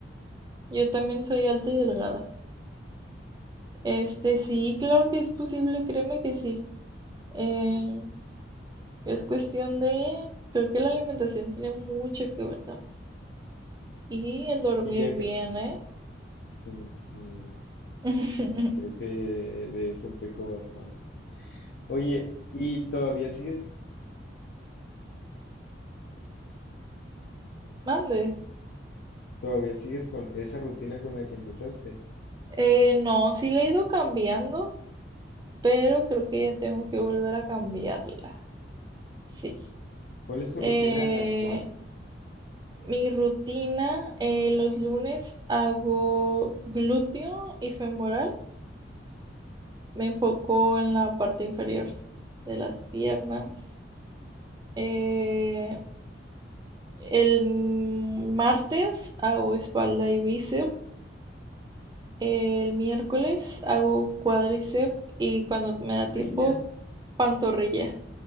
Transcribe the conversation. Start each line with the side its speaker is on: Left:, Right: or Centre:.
Right: Yo también soy alta y delgada. Este, sí, claro que es posible, créeme que sí. Eh, es cuestión de, creo que la alimentación tiene mucho que ver también. Y el dormir
Left: Y ya
Right: bien,
Left: que...
Right: ¿eh?
Left: Sí, mm,
Right: <laughs>
Left: creo que de eso peco bastante. Oye, ¿y todavía sigues,
Right: Mande.
Left: todavía sigues con esa rutina con la que empezaste?
Right: Eh, no, sí la he ido cambiando, pero creo que ya tengo que volver a cambiarla. Sí.
Left: ¿Cuál es tu
Right: Eh,
Left: rutina actual?
Right: mi rutina, eh, los lunes hago glúteo y femoral. Me enfoco en la parte inferior de las piernas. Eh, el martes hago espalda y bíceps. El miércoles hago cuádriceps y cuando me da tiempo,
Left: Parrilla.
Right: pantorrilla.